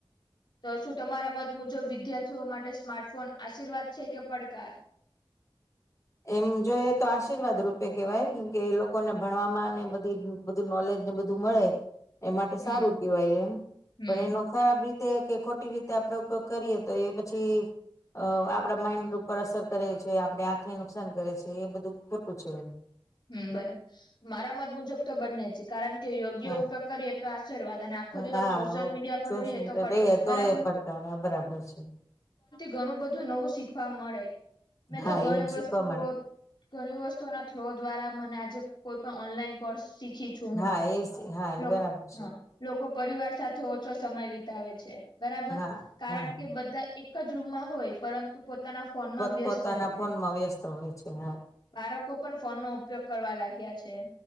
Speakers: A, on the left; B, on the left.
A: તો શું તમારા મત મુજબ વિદ્યાર્થીઓ માટે સ્માર્ટફોન આશીર્વાદ છે કે પડકાર? <inaudible>
B: એમ જોઈએ તો આશીર્વાદ રૂપે કેવાય કેમ કે એ લોકોને ભણવામાં બધી બધું નોલેજ બધું મળે એ માટે
A: હમ
B: સારું કહેવાય એમ
A: હમ
B: પણ એનો ખરાબ રી કે ખોટી રીતે આપડે ઉપયોગ કરીએ તો એ પછી અ આપડા માઈન્ડ ઉપર અસર કરએ છીએ આપણે આ ને નુકસાન કરે છે એ બધું ખોટું છે એ
A: હમ બરાબર મારા મત મુજબ તો બંને છે કારણ કે યોગ્ય
B: હા
A: ઉપયોગ કરીએ તો આ આશીર્વાદ અને આખો દિવસ
B: હા
A: સોશિયલ મીડિયા પર
B: જોશ
A: રહીએ તો પડકાર
B: તો
A: બરાબર?
B: એ પડકાર હા બરાબર છે
A: ઘણું બધું નવું શીખવા મળે મેં
B: હા
A: તો ઘણી
B: એમ
A: વસ્તુઓ
B: શીખવા મળે
A: ઘણી વસ્તુ ના થ્રો દ્વારા મને આજે કોઈ પણ ઓનલાઈન કોર્સ શીખી છું હું
B: હા એ હા એ
A: લોક
B: બરાબર છે
A: હા લોકો પરિવાર સાથે ઓછો સમય વિતાવે છે બરાબર
B: હા
A: કારણ
B: હા
A: કે બધા એ એક જ રૂમમાં હોય પરંતુ પોતાના ફોનમાં
B: પોત
A: વ્યસ્ત
B: પોતાના
A: રહે
B: ફોનમાં વ્યસ્ત હોય છે હા
A: બાળકો પણ ફોનનોો ઉપયોગ કરવા લાગ્યા છે